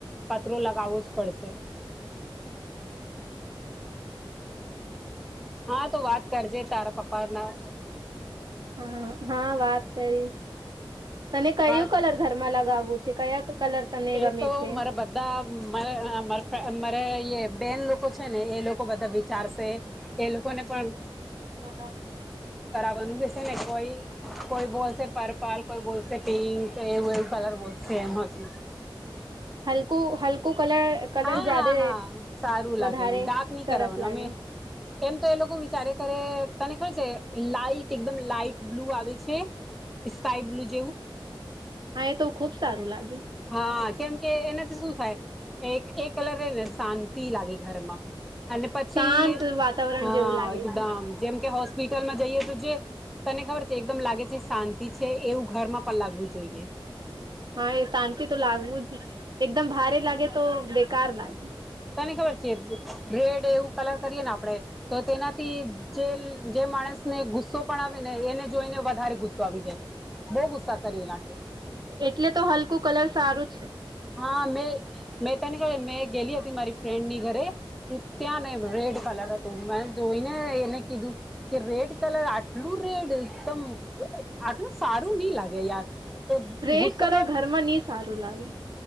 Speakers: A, in the centre; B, on the right.
A: પત્ર લગાવવો જ પડશે હા તો વાત કરજે તારા પપ્પા ના
B: હા હા વાત કરીશ તને કયું
A: વાત
B: કલર ઘરમાં લગાવવું છે કયા કલર તને
A: એ
B: ગમે
A: તો
B: છે
A: મારા બધા મારે બેન લોકો છે ને એ લોકો બધા વિચારશે એ લોકો ને પણ
B: <inaudible>
A: બનું બેસે ને કોઈ કોઈ બોલશે પર્પલ કોઈ બોલશે પિંક એવું એવું કલર બોલ તેમેમ હશે
B: હલકું હલકું કલર કલર
A: હા
B: જાદે
A: હા હા સારું લાગે
B: વધારે
A: એમ ડાક નહી
B: સરસ
A: કરાવવાનું
B: લાગે
A: અમે એમ તો એ લોકો વિચારે તને ખબર છે લાઈટ એકદમ લાઈટ બ્લુ આવે છે સ્કાય બ્લુ જેવું.
B: આ તો ખુબ સારું લાગે.
A: હા કેમ કે એનાથી શું થાય. એક એ કલર શાંતિ લાગે. ઘરમાં અને પછી
B: શાંત વાતાવરણ
A: હા
B: જેવું લાગે
A: એકદમ
B: છે
A: જેમ કે હોસ્પિટલમાં જઈએ તો જે તને ખબર છે એકદમ લાગે છે શાંતિ છે એવું ઘરમાં પણ લાગવું જોઈએ.
B: હા એ શાંતિ તો લાગવું જ એકદમ ભારે લાગે તો બેકાર લાગે.
A: તની ખ પર છે. રેડ એવું કલર કરીએ ને આપડે તો તેનાથી જે જે માણસ ને ગુસ્સો પણ આવે ને એને જોઈ ને વધારે ગુસ્સો સ્વાભીજ બહુ ગુસ્સા તરીલાકે
B: એટલે તો હલકું કલર સારું છે.
A: હા મેં મે તની મેં ગેલી મારી ફ્રેન્ડની ઘરે ત્યાં ને રેડ કલર હતું મે જોઈને. <unintelligible> રેડ કલર બ્લુરેેડ તમ આટલું સારું નઈ લાગે યાર. તો
B: રેડ
A: ઘુસ્સો
B: કલર
A: ન
B: ઘરમાં નહી સારું લાગ્યું.